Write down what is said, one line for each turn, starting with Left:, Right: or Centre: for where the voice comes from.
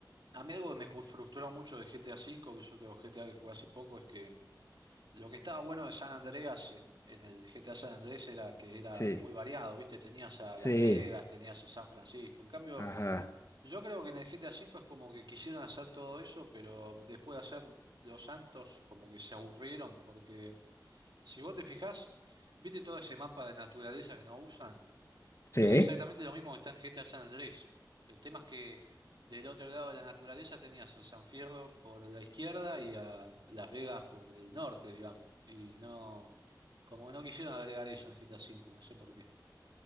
Right: A mí algo que me ju- frustró mucho de GTA cinco, que yo tengo GTA que jugué hace poco, es que Lo que estaba bueno de San Andreas en, en el GTA San Andrés era que era
Left: Sí,
Right: muy variado, ¿viste? Tenías a
Left: sí,
Right: Las Vegas, tenías a San Francisco. En cambio,
Left: ajá.
Right: yo creo que en el GTA V es como que quisieron hacer todo eso, pero después de hacer Los Santos, como que se aburrieron, porque si vos te fijás, ¿viste todo ese mapa de naturaleza que no usan?
Left: Sí.
Right: Es exactamente lo mismo que está en GTA San Andrés. El tema es que del otro lado de la naturaleza tenías a San Fierro por la izquierda y a Las Vegas por el norte, digamos. Y no. Como que no quisieron agregar eso en GTA V, no sé por qué.